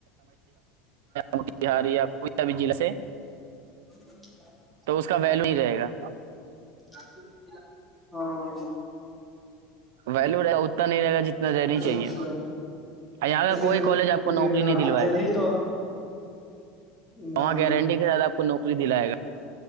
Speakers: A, on the right; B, in the centre.
A: مٹار یا کوئی س بھی جلع سے
B: ج
A: تو اس کا ویلو ہی رہے گا
B: ہاں
A: ولو رہے گا اتنا نہیں رہے گا جتنا رہنا چاہیے
B: اچھا
A: یہاں کا
B: جی
A: کوئی کالج آپ کو
B: جی
A: نوکری
B: ہاں
A: نہیں دلوائے
B: دہلی
A: گا
B: تو ہاں
A: وہاں گارنٹی کے ساتھ آپ کو نوکری دلائے گا